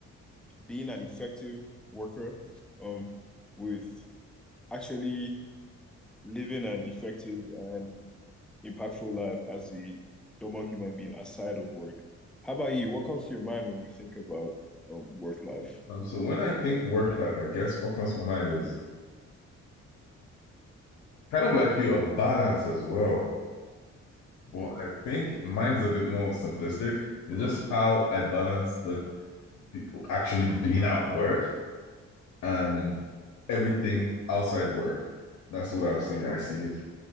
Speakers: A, in the centre; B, on the left.
A: being an effective worker um with actually living an effective and impactful life as a normal human being aside of work. How about you? What comes to your mind when you think about um, work life?
B: Um, so when I think work life, I guess what comes to my mind is kind of like you, a balance as well.
A: Mm,
B: But I think mine is a bit more simplistic. It's just how I balance the actually being at work and everything outside work. That's the way I've seen I see it.